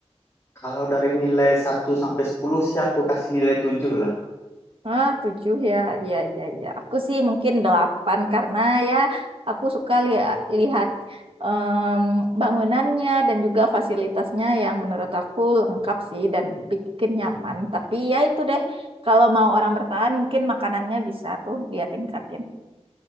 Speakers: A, on the left; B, on the right.
A: kalau dari nilai satu sampai 10 sih aku kasih nilai 7 lah
B: Ah, tujuh ya, iya iya iya. Aku sih mungkin delapan karena ya aku suka lia- lihat em, bangunannya dan juga fasilitasnya yang menurut aku lengkap sih dan bikin nyaman. Tapi ya itu deh, kalau mau orang bertahan mungkin makanannya bisa tuh dia tingkatin.